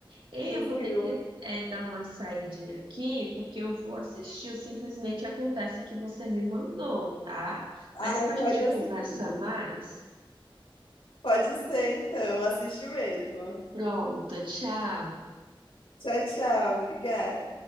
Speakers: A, on the right; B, on the left.
A: Eu
B: do filme.
A: vou ter que é, dar uma saidinha aqui, porque eu vou assistir o Simplesmente Acontece que você me mandou, tá?
B: Ai,
A: Mas depois
B: pode
A: a gente
B: assistir.
A: conversa mais.
B: Pode ser, então, assiste mesmo.
A: Pronto, tchau.
B: Tchau, tchau. Obrigada.